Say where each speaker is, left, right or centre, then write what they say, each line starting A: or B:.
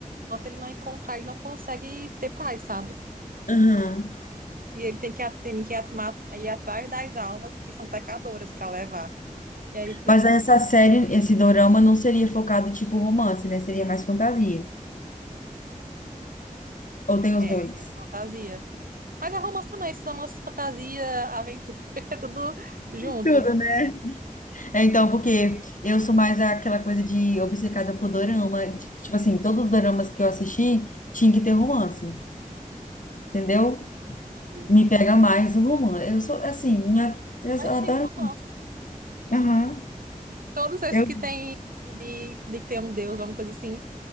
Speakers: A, on the right (about 85°); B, on the left (about 65°).
A: Enquanto ele não encontrar, ele não consegue ter paz, sabe?
B: aham.
A: E ele tem que, a- tem que atma- ir atrás das almas que são pecadoras para levar. E aí ele fica,
B: Mas
A: assim,
B: essa série, esse dorama não seria focado tipo romance, né? Seria mais fantasia. Ou tem os
A: é,
B: dois?
A: se fantasia. Mas é romance também, esses romances, fantasia, aventura, <laughs> é tudo junto.
B: Tudo, né? É, então, porque eu sou mais aquela coisa de obcecada por dorama. de- Tipo assim, todos os doramas que eu assisti tinha que ter romance, entendeu?
A: Sim.
B: Me pega mais o romance. Eu sou, assim, minha, eu
A: Mas
B: só adoro.
A: tem romance.
B: Aham.
A: Todos esses
B: eu-
A: que tem de, de ter um deus, alguma coisa assim,